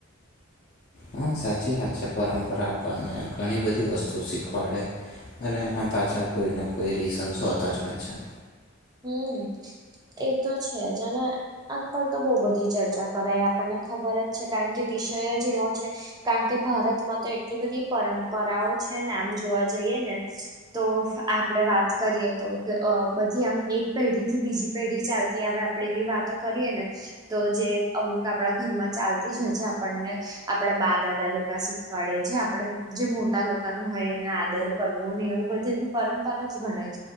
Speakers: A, on the left; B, on the right.
A: હા સાચી વાત છે. પરંપરા આપણને ઘણી બધી વસ્તુ શીખવાડે. અને એના પાછળ કોઈને કોઈ રીઝન્સ હોતા જ હોય છે.
B: હમ એ તો છે જ અને આન પર તો બોવ બધી ચર્ચા કરાય આપને ખબર જ છે કારણ કે વિષય જ એવો છે કારણ કે ભારતમાં તો એટલી બધી પરંપરાઓ છે ને આમ જોવા જઈએ ને તો આપડે વાત કરીએ તો બધી એમ એક પેઢીથી બીજી પેઢી ચાલતી આવે આપડે એવી વાતો કરીએ ને તો જે અમુક આપડા ઘરમાં ચાલતી જ હોય છે આપણને આપડા બા દાદા લોકા શીખ શીખવાડે છે આપડે જે મોટા લોકાનું હોય એને આદર કરવો ને એવું બધું બી પરંપરા જ ગણાય.